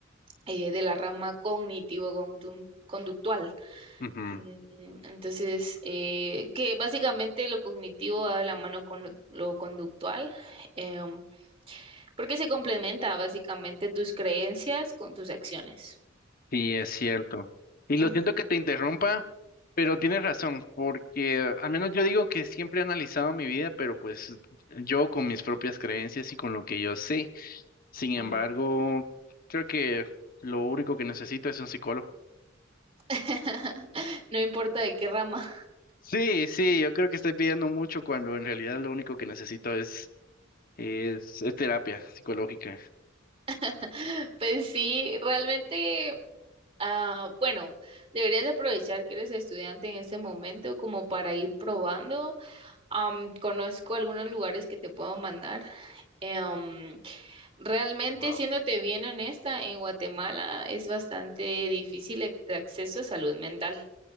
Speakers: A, on the right; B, on the left.
A: eh, de la rama cognitivo-conductual.
B: ujú.
A: Mm, Entonces, eh, que básicamente lo cognitivo va de la mano con lo, lo conductual, em, porque se complementa básicamente tus creencias con tus acciones.
B: Sí, es cierto. Y
A: Mm,
B: lo siento que te interrumpa, pero tienes razón, porque al menos yo digo que siempre he analizado mi vida, pero pues yo con mis propias creencias y con lo que yo sé. Sin embargo,
A: mm.
B: creo que lo único que necesito es un psicólogo.
A: <laughs> No importa de qué rama.
B: Sí, sí, yo creo que estoy pidiendo mucho cuando en realidad lo único que necesito es, es, es terapia psicológica.
A: <laughs> Pues sí, realmente, ah, bueno, deberías de aprovechar que eres estudiante en este momento como para ir probando. Am, conozco algunos lugares que te puedo mandar Em, realmente,
B: Wow.
A: siéndote bien honesta, en Guatemala es bastante difícil e- el acceso a salud mental,